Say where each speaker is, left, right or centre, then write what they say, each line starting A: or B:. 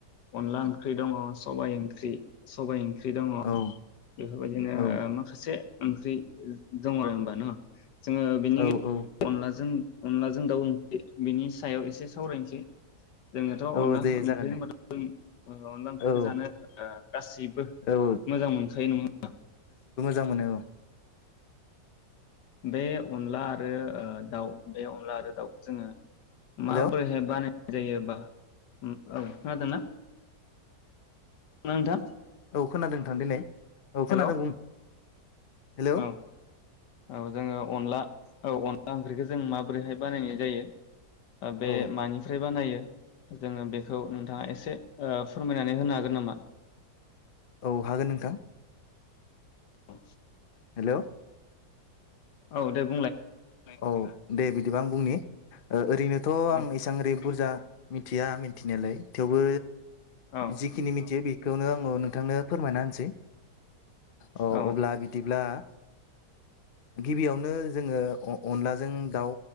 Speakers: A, on the left; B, on the left.
A: अनला ओंर्खि दं। सबाइ ओंख्रि सबाय ओं ख्रि दङ'
B: औ
A: बेफोरबायदिनो ओ
B: औ
A: माखासे ओंख्रि दङ' होनबा न' जोङो बेनि
B: औ औ
A: अनलाजों अनदलाजों दाउओंख्रि बेनि सायाव एसे सावरायनोसै जोंनाथ'
B: औ
A: अनला
B: दे
A: ओंख्रि
B: जागोन
A: होनबाथ'
B: दे
A: जों ओ अनला ओंख्रिखौ
B: औ
A: जानो ओ गासैबो
B: औ
A: मोजां मोनखायो नङा होनबा
B: जां मोनो औ
A: बे अनला आरो ओ दाउ बे अनला आरो दाउखौ जोङो मा
B: हेलौ
A: बोरै बानाय जायोबा उम औ खोनादों ना <unintelligible> नोंथां
B: औ खोनादों नोंथां देनाय औ
A: हेल'
B: खोनादों बुं हेलौ
A: औ औ जोङो अनला औ अन ला ओंख्रिखौ जों माबोरैहाय बानायनाय जायो? बे
B: औ
A: मानिफ्राय बानायो जोङो बेखौ नोंथाङा एसे ओ फोरमायनानै होनो हागोन नामा?
B: औ हागोन नोंथां।
A: औ
B: हेलौ,
A: औ दे बुं
B: औ दे बिदिबा आं बुंनि ओ ओरैनो थ' आं
A: औ
B: इसां इरै बुरजा मि थिया मिथिनायालाय थेवबो
A: औ
B: जिखिनि मिथियो बि खौनो आङो नोंथांनो फोरमायना होनोसै ओ
A: औ
B: अब्ला बिदिब्ला गिबियावनो जोङो अ अनलाजों दाउ